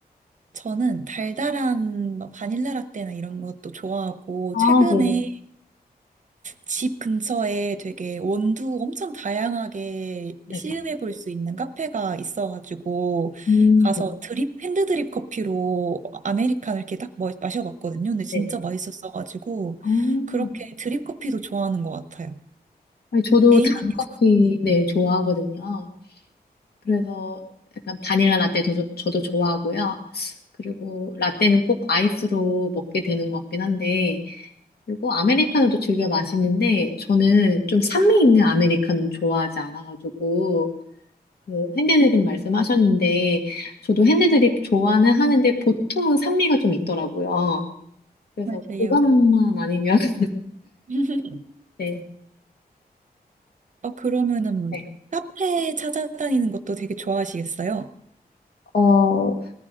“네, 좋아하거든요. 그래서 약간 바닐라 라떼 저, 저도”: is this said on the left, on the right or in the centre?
Left